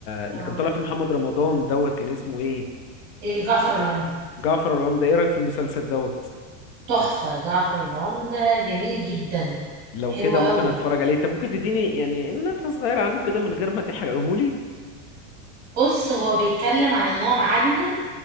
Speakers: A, on the left (about 45°); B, on the right (about 25°).
A: اللي
B: آه،
A: كان طالع فيه محمد رمضان دوت كان اسمه ايه
B: الجعفر العمده
A: جعفر العمدة ايه رايك في المسلسل دوت
B: تحفه جعفر العمده جميل جدا
A: لو
B: حلو
A: كده
B: قوي
A: ممكن اتفرج عليه انت ممكن تديني يعني نفحة صغيرة عنه كده من غير ما تحرقهولي
B: بص هو بيتكلم عن ان هو معلم